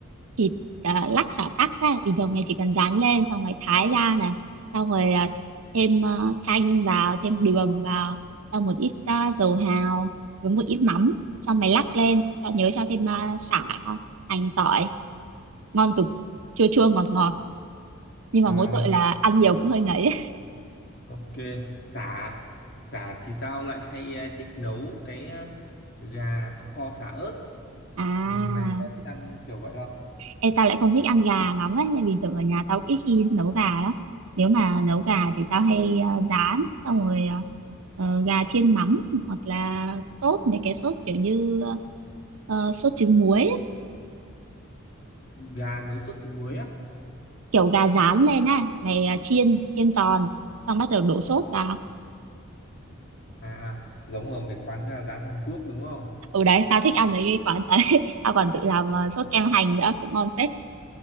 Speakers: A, on the right; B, on the left.
A: thịt ờ, lắc xả tắc ấy bình thường mày chỉ cần rán lên xong mày thái ra này xong rồi ờ, thêm ờ, chanh vào thêm đường vào xong một ít ờ, dầu hào với một ít mắm xong mày lắc lên cho nhớ cho thêm uh, sả hành tỏi ngon cực chua chua ngọt ngọt nhưng
B: à
A: mà mỗi tội là ăn nhiều cũng hơi ngấy ấy.
B: ok sả sả thì tao lại hay ờ, thích nấu cái ờ, gà kho sả ớt
A: à
B: Ừ, mày có thích ăn kiểu vậy không
A: em tao lại không thích ăn gà lắm ấy nên bình thường ở nhà tao ít khi nấu gà lắm nếu mà nấu gà thì tao hay ờ, rán xong rồi ờ, ờ, gà chiên mắm hoặc là sốt mấy cái sốt kiểu như ờ, sốt trứng muối ấy.
B: gà nấu sốt trứng muối á
A: kiểu gà rán lên á mày ờ, chiên chiên giòn xong bắt đầu đổ sốt vào
B: à à, giống ở mấy quán gà rán Hàn Quốc đúng không
A: ừ đấy tao thích ăn mấy cái quán đấy <laughs> tao còn tự làm ờ, sốt kem hành nữa cũng ngon phết